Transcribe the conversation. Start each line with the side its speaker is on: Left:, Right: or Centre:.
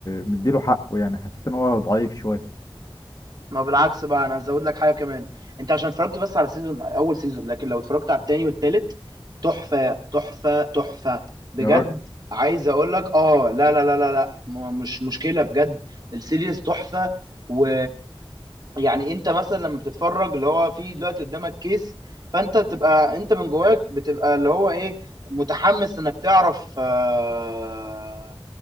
Left: مديله حقه يعني حسيت ان هو ضعيف شويه
Right: ما بالعكس بقى انا هزود لك حاجه كمان انت عشان اتفرجت بس على سيزون اول سيزون لكن لو اتفرجت على التاني والتالت تحفه تحفه تحفه بجد
Left: يا راجل
Right: عايز اقول لك اه لا لا لا لا لا م- مش مشكله بجد السيريز تحفه و يعني انت مثلا لما بتتفرج اللي هو في دلوقتي قدامك كيس فانت تبقى انت من جواك بتبقى اللي هو ايه متحمس انك تعرف آه،